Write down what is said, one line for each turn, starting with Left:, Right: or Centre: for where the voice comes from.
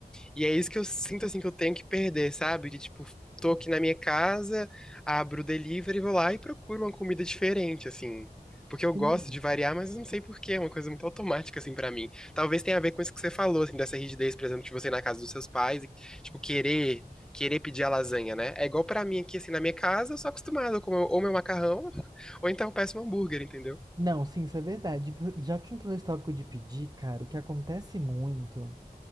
Centre: E é isso que eu sinto, assim, que eu tenho que perder, sabe? De, tipo, tô aqui na minha casa, abro o delivery, vou lá e procuro uma comida diferente, assim. Porque eu
Right: sim.
Centre: gosto de variar, mas eu não sei por quê, é uma coisa muito automática, assim, pra mim. Talvez tenha a ver com isso que você falou, assim, dessa rigidez, por exemplo, de você ir na casa dos seus pais e, tipo, querer... Querer pedir a lasanha, né? É igual pra mim aqui, assim, na minha casa, eu sou acostumado a comer ou meu macarrão, <laughs> ou então eu peço um hambúrguer, entendeu?
Right: Não, sim, isso é verdade. Vo- Já que entrou nesse tópico de pedir, cara, o que acontece muito